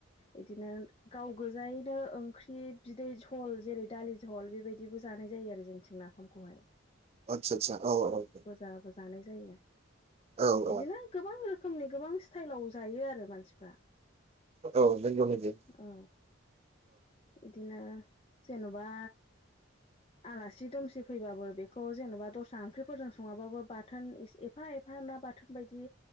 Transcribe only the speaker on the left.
बिदिनो गाव गोजायैनो ओंख्रि बिदै जल जेरै दालि जल बेबायदिबो जानाय जायो आरो जोंनिथिं नाफामखौहाय
जाबो जानाय जायो
बिदिनो गोबां रोखोमनि गोबां स्टाइलाव जायो आरो मानसिफ्रा
औ इदिनो जेन'बा
आलासि दुमसि फैबाबो बेखौ जेन'बा दस्रा ओंख्रिफोरजों सङाबाबो बाथोन एस एफा-एफा ना बा थोन बायदि